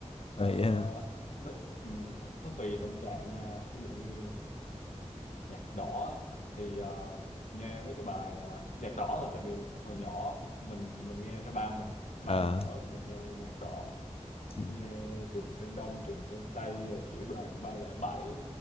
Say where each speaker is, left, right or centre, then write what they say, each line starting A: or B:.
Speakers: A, on the left (about 55°); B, on the left (about 80°).
A: Ờ,
B: Ờ,
A: vậy hả?
B: nó, ừ, nó, nó tùy tâm trạng nha ví dụ như nhạc đỏ thì ờ, nghe mấy cái bài ờ, nhạc đỏ là tại vì hồi nhỏ mình mình nghe theo ba mình ba
A: Ờ,
B: mình mở thì mình nghe nhạc đỏ
A: ừ.
B: nghe Trường Sơn Đông Trường Sơn Tây Tiểu đoàn 307